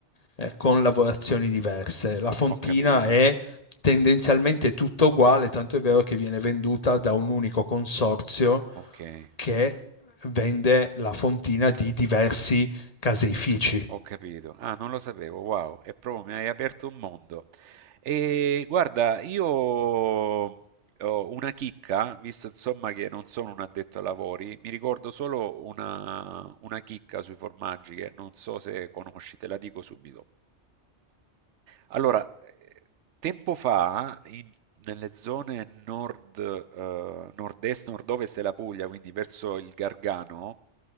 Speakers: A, on the left; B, on the right.
A: eh, con lavorazioni diverse. La fontina
B: ho capito.
A: è tendenzialmente tutto uguale, tanto è vero che viene venduta da un unico consorzio
B: Okay,
A: che vende la fontina di diversi caseifici.
B: ho capito. Ah, non lo sapevo, wow, è proprio mi hai aperto un mondo. E guarda, io ho una chicca, visto insomma che non sono un addetto ai lavori, mi ricordo solo una, una chicca sui formaggi che non so se conosci, te la dico subito. Allora, eh, tempo fa in Nelle zone nord, eh, nord-est, nord-ovest della Puglia, quindi verso il Gargano,